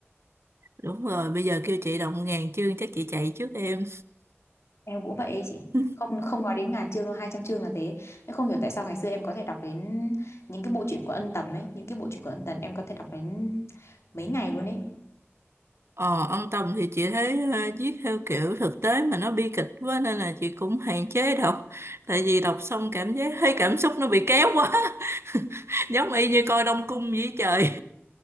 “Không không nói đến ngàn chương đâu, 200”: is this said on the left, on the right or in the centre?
Left